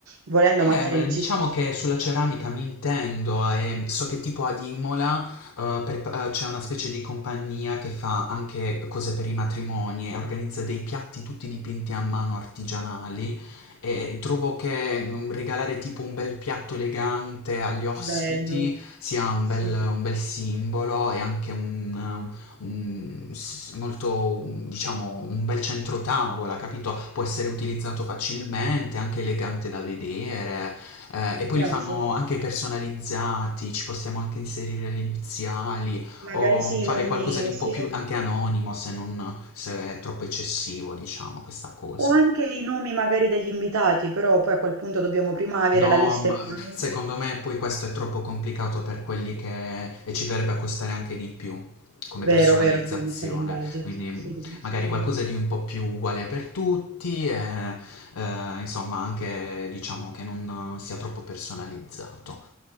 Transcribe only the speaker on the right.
volendo
magari
ci si...
Bello,
sì,
mi
piace.
Magari
sì,
i nomi,
sì.
O anche i nomi magari degli invitati, però poi a quel punto dobbiamo prima avere
la lista
in mano.
Vero,
vero, dobbiamo stare in budget.
Sì,
dobbiamo
stare in
budget.